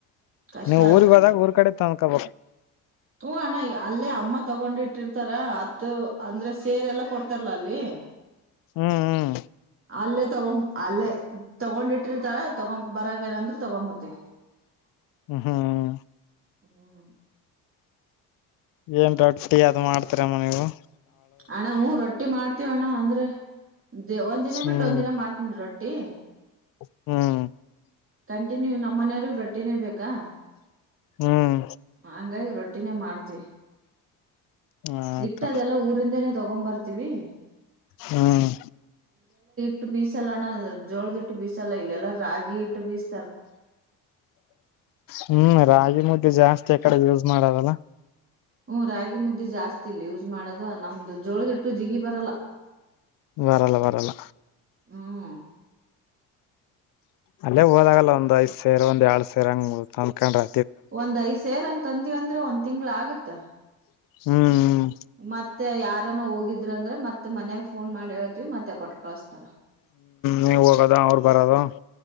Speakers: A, on the right; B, on the left.
A: ಕಷ್ಟ
B: ನೀವು
A: ಆಗತ್
B: ಊರ್ಗ್ ಹೋದಾಗ
A: ನಮಗ್
B: ಊರ್ ಕಡೆ ತಂದ್ಕೊಬ
A: ಹೂ ಅಣ್ಣ ಅಲ್ಲೇ ಅಮ್ಮ ತಗೊಂಡ್ಿಟ್ಟಿರ್ತಾರ ಅತ್ತು ಅಂದ್ರೆ ಸೇರೆಲ್ಲಾ ಕೊಡ್ತಾರಲ್ಲಾ ಅಲ್ಲಿ
B: ಹ್ಮ್ ಹ್ಮ್
A: ಅಲ್ಲೇ ತಗೊೊಂಡ ಅಲ್ಲೇ ತಗೊಂಡಿಟ್ಟಿರ್ತಾರ ತಗೊಂಡ ಬರಗ ಏನಂದ್ರ ತಗೊಂಬತಿವಿ
B: ಹ್ಮ್ ಹ್ಮ್
A: ಹ್ಮ್
B: ಏನ್ ರೊಟ್ಟಿ ಅದು ಮಾಡ್ತರ ಮನಗೂ
A: ಅಣ ಹೂಞ ರೊಟ್ಟಿ ಮಾಡ್ತೀವ ಅಣ್ಣ ಅಂದ್ರೆ ದ ಒಂದ್ ದಿನ
B: ಹ್ಮ್
A: ಬಿಟ್ಟು ಒಂದ ದಿನ ಮಾಡ್ತ ರೊಟ್ಟಿ ತ್ತ
B: ಹ್ಮ್
A: ಕಂಟಿನ್ಯೂ ನಮ್ಮನೆಯವ್ರ ರೊಟ್ಟಿನೇ ಬೇಕಾ
B: ಹ್ಮ್
A: ಹಂಗಾಗಿ ರೊಟ್ಟಿನೇ ಮಾಡ್ತಿ
B: ಆಯ್ತ
A: ಇಟ್ಟದೆಲ್ಲ ಊರಿಂದೇನೆ ತಗೊಂಡ್ಂಬರ್ತೀವಿ
B: ಹ್ಮ್
A: ಇ ಬಸಲ್ಲಣ್ಣ ಜೋಳದಿಟ್ಟು ಬೀಸಲ್ಲ ಇಲ್ಲ ಎಲ್ಲಾ ರಾಗಿ ಇಟ್ಟು ಬೀಸ
B: ಹ್ಮ್ ರಾಗಿ ಮುದ್ದೆ ಜಾಸ್ತಿ ಆ ಕಡೆ ಯೂಸ್ ಮಾಡಾರಲ್ಲ
A: ಹ್ಮ ರಾಗಿ ಮುದ್ದೆ ಜಾಸ್ತಿ ಇಲ್ಲ ಯೂಸ್ ಮಾಡೋದು ನಮ್ದು ಜೋಳದಿಟ್ಟು ಜಿಗಿ ಬರಲ್ಲ
B: ಬರಲ್ಲ ಬರಲ್ಲ
A: ಹ್ಮ್
B: ಅಲ್ಲೇ ಹೋದಾಗಲ್ಲ ಒಂದ್ ಐದ್ ಸೇರ್ ಒಂದ್ಏಳಳ್ ಸೇರ ಹಂಗ ತಂದಕೊಂಡ್ರ
A: ಒಂದ್ ಐದ್ ಸಾವರ ಹಂಗ ತಂದಿವವಂದ್ರೆ ಒಂದ್ ತಿಂಗಳ ಆಗತ್ತ
B: ಹ್ಮ್್ಮ
A: ಮತ್ತೆ ಯಾರಾನ ಹೋಗಿದ್ರ ಅಂದ್ರೆ ಮತ್ತೆ ಮತ್ತ ಮನ್ಯಾಗ ಫೋನ್ ಮಾಡಿ ಹೇಳ್ತಿೀವಿ ಮತ್ತೆ ಕೊಟ್ಟ ಕಳಸ್ತಾರ
B: ನೀವು ಹೋಗೋದ ಅವ್ರು ಬರದು